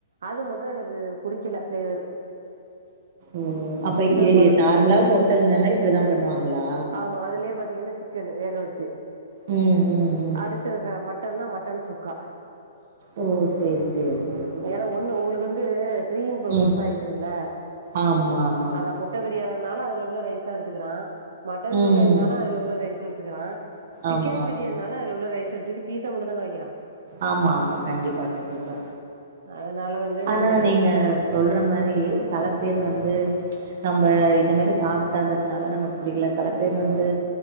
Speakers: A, on the right (about 80°); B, on the right (about 40°).
A: அது மட்டு எனக்கு புடிக்கல ஃப்ளேவர்
B: ம் அப்ப ஏ
A: கொட
B: ஏ நார்மலா ஹோட்டல்னாலே இப்டிதா பண்ணுவாங்களா
A: ஆமா அதுலயே பாத்தீங்கன்னா சிக்கனு வேக வச்சு
B: ம் ம் ம்
A: அடுத் ததுதா மட்டன்னா மட்டன் சுக்கா
B: ஓ சேரி சேரி
A: ம்
B: சேரி சேரி
A: ஏன்னா ஒண்ணு உங்களுக்கு வந்து த்ரீ இன் பர்ப்போஸ்
B: ம்
A: ஆயிடுதுல்ல
B: ஆமா ஆமா
A: அதா மு ட்ட பிரியணினாலு அதுல உள்ள ரைஸ்தா எடுத்துக்குறா மட்டன்
B: ம்
A: பிரியாணின்னாலு அதுல உள்ள ரைஸ்தா எடுத்துக்குறா சிக்கன்
B: ஆமா
A: பிரியாணின்னாலு அதுல உள்ள ரைஸ எடுத்துக்கிட்டு பீஸ மட்டுந்தான வக்கிறா
B: ஆமா ஆமா கண்டிப்பா கண்டிப்பா
A: அதனால வந்து
B: ஆனா
A: நம்ம
B: நீங்க சொல்ற மாரி செல பேர் வந்து நம்ப இந்த மேரி சாப்டாததுனால நமக்கு பிடிக்கல தல பேர் வந்து